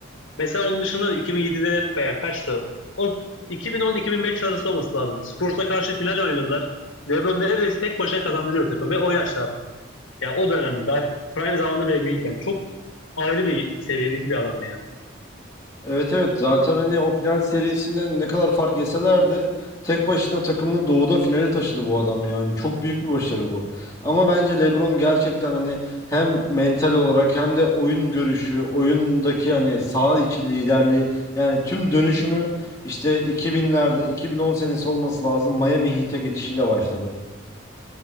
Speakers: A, on the left; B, on the left.
A: Mesela onun dışında 2007'de veya kaçtı? O 2010-2005 arası olması lazım. Spurs'a karşı final oynadılar. LeBron neredeyse tek başına kazandırıyor takım ve o yaşlarda. Yani o dönemde daha prime zamanında bile değilken çok ayrı bir seviyedeki bir adam ya.
B: Evet evet zaten hani o final serisinde ne kadar fark yeselerdi tek başına takımını doğuda finale taşıdı bu adam yani. Çok büyük bir başarı bu. Ama bence LeBron gerçekten hani hem mental olarak hem de oyun görüşü, oyundaki hani saha içi liderliği yani tüm dönüşümü işte 2000'lerde 2010 senesi olması lazım Miami Heat'e geçişiyle başladı.